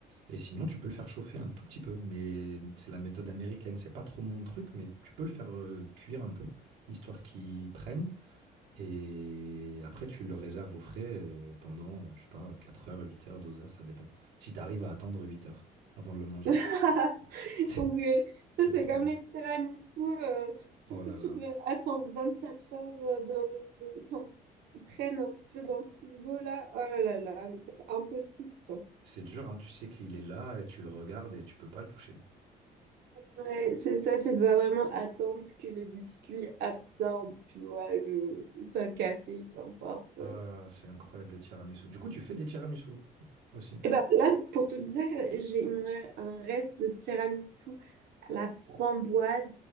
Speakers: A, on the right (about 80°); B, on the right (about 70°).
A: Et sinon, tu peux le faire chauffer un tout petit peu, mais c'est la méthode américaine. C'est pas trop mon truc, mais tu peux le faire euh, cuire un peu, histoire qu'il prenne. Et après, tu le réserves au frais euh, pendant, euh, je sais pas, 4 heures, 8 heures, 12 heures, ça dépend. Si tu arrives à attendre 8 heures avant de le manger,
B: <laughs>
A: <laughs> c'est
B: Oui,
A: c'est
B: ça
A: le
B: c'est
A: problème.
B: comme les tiramisu. euh, tu
A: Oh
B: sais,
A: là
B: tu
A: là.
B: dois attendre 24 heures euh, dans le, enfin, qu'ils prennent un petit peu dans le frigo là. Oh là là, mais c'est impossible ça.
A: C'est dur, hein, tu sais qu'il est là et tu le regardes et tu peux pas le toucher.
B: Ouais, c'est ça, tu dois vraiment attendre que les biscuits absorbent, tu vois, le, soit le café, peu importe.
A: Ah, c'est incroyable les tiramisu. Du coup, tu fais des tiramisu aussi.
B: Et ben là, pour tout dire, j'ai une- un reste de tiramisu à la framboise